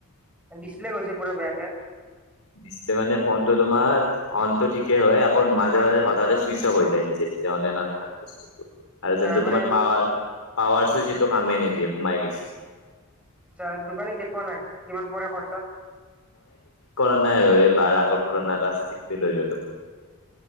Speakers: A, in the centre; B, on the left.
A: ডিচপ্লে গৈছে পুৰা বেয়াকে
B: ডিছপ্লে মানে ফোনটো তোমাৰ অনতটো ঠিকেই হয় আকৌ মাজে মাজে হঠাতে চুইচ অফ হৈ যায় নিজে নিজে অনে নহয় তাৰ পিছতো আৰু
A: আচ্ছা
B: যোনটো
A: মানে
B: তোমাৰ পাৱাৰ পাৱাৰ চই যিটো কামেই নিদিয়ে সোমাই গৈছে।
A: আচ্ছা দোকানী দেখুৱাই নাই কিমান পৰে খৰচা।
B: মানে বাৰ আগৰ পুৰণা এটা আছে সেইটো লৈ ললো